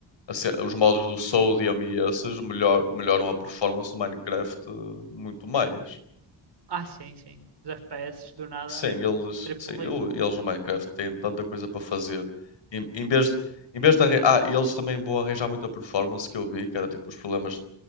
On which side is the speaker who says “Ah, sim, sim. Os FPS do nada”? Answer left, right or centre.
Right